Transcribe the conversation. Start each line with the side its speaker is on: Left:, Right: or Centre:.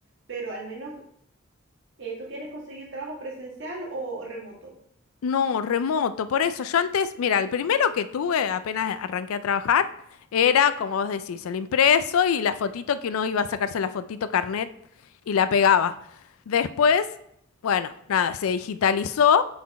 Right: pero al menos eh, tú quieres conseguir trabajo presencial o, o remoto.
Left: No, remoto. Por eso, yo antes, mira, el primero que tuve apenas arranqué a trabajar era, como vos decís, el impreso y la fotito que uno iba a sacarse la fotito carnet y la pegaba. Después, bueno, nada, se digitalizó